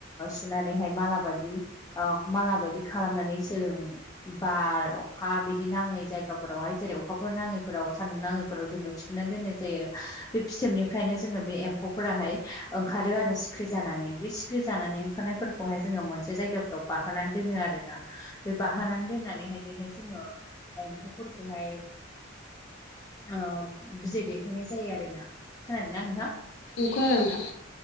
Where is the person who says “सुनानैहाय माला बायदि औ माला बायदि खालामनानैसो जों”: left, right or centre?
Left